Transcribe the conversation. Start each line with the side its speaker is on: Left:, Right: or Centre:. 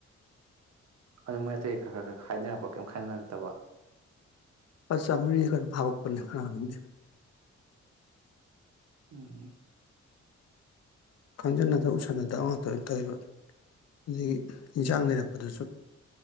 Right: ꯑꯗꯨ ꯃꯣꯏ ꯑꯇꯩ ꯈꯔ ꯈꯔ ꯈꯔ ꯈ ꯍꯥꯏꯅꯔꯛꯄ ꯀꯩꯝ ꯈꯥꯏꯅꯔꯛꯇꯕ
Left: ꯄ ꯆꯥꯝꯔꯤ ꯀꯩꯅ ꯐꯥꯕꯛꯄꯅꯦ ꯀꯅꯥꯗꯤꯦ
Right: ꯎꯝ
Left: ꯈꯪꯖꯟꯅꯗ ꯎꯁꯟꯅꯗꯕ ꯉꯥꯛꯇ ꯑꯗꯨꯝ ꯇꯧꯋꯕ ꯑꯗꯒꯤ ꯏꯟꯁꯥꯡ ꯂꯩꯔꯛꯄꯗꯁꯨ